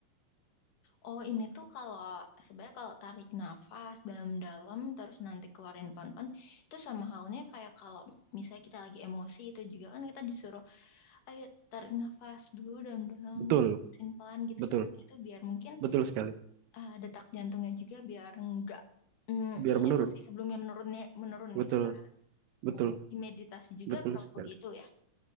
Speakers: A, on the left; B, on the right.
A: Oh, ini tuh kalau sebenarnya kalau tarik nafas dalam-dalam terus nanti keluarin pon-pon itu sama halnya kayak kalau misalnya kita lagi emosi itu juga kan kita disuruh ayo tarik nafas dulu dalam-dalam
B: Betul,
A: mesin pelan gitu
B: betul,
A: kan. Itu biar mungkin
B: betul sekali.
A: eh, detak jantungnya juga biar enggak mm,
B: Biar
A: se-emosi
B: menurun.
A: sebelumnya menurunnya menurun
B: Betul,
A: gitu kan.
B: betul,
A: Oh, di meditasi juga
B: betul
A: perlu
B: sekali.
A: begitu ya.